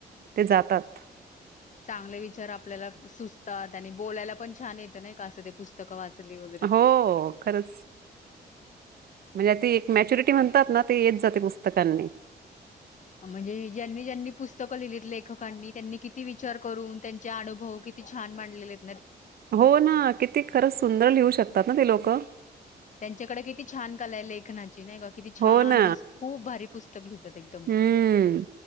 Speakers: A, on the right; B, on the left.
A: ते जातात.
B: चांगले विचार आपल्याला सुचतात आणि बोलायला पण छान येत नाही का? असं ते पुस्तकं वाचली वगैरे
A: हो
B: की
A: खरंच म्हणजे ती एक मॅच्युरिटी म्हणतात ना, ते येत जाते पुस्तकांनी
B: म्हणजे ज्यांनी ज्यांनी पुस्तकं लिहिलीत लेखकांनी, त्यांनी किती विचार करून? त्यांचे अनुभव कि ती छान मांडलेलेत?
A: हो ना, किती खरंच सुंदर लिहू शकतात ना? ते लोक.
B: त्यांच्याकडे किती छान! कला आहे लेखनाची नाही का? किती छान
A: हो ना,
B: मस्त खूप भारी पुस्तक लिहितात एकदम
A: हम्म